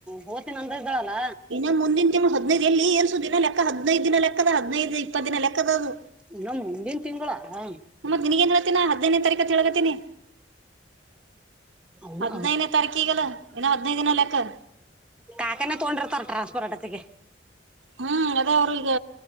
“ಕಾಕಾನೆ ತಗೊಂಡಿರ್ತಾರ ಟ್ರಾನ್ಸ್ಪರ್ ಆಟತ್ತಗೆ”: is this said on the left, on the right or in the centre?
Centre